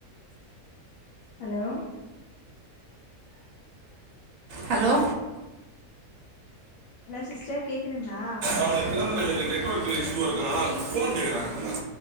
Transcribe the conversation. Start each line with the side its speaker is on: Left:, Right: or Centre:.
Left: ஹலோ
Right: ஹலோ
Left: ஹலோ சிஸ்டர் கேக்குதுங்ளா
Right: அவக்குநெட் ஒர்க்கு இசுவா இதுக்குதுகல
Left: இந்த இதுல
Right: போன்
Left: இருந்து
Right: கேறாங்க
Left: பேசு